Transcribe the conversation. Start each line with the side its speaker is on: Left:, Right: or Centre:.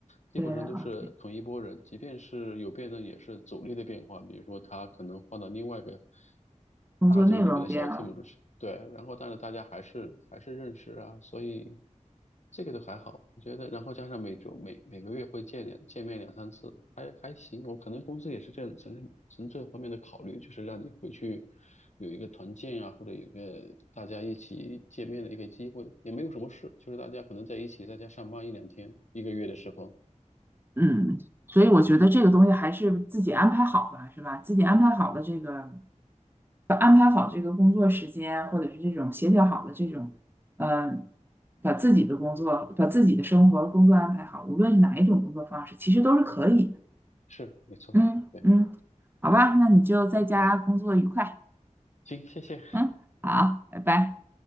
Left: 基本上都是同一波人，
Right: 对啊，
Left: 即便是有变动，也是组力的变化。比如说，他可能换到另外一个。
Right: 工作内容变了。
Left: 大组里面的小 team 就是，对，然后但是大家还是还是认识啊，所以这个都还好，我觉得，然后加上每周每每个月会见两见面两三次，还还行。我可能公司也是这样从从这方面的考虑，就是让你回去有一个团建啊，或者有一个大家一起见面的一个机会，也没有什么事，就是大家可能在一起在家上班一两天，一个月的时候，
Right: 嗯，所以我觉得这个东西还是自己安排好吧，是吧？自己安排好了这个，把安排好这个工作时间，或者是这种协调好了这种，嗯、把自己的工作、把自己的生活、工作安排好，无论是哪一种工作方式，其实都是可以的。
Left: 是没错，
Right: 嗯嗯，
Left: 对，是
Right: 好吧，那你就在家工作愉快。
Left: 行，谢谢。
Right: 嗯，好，拜拜。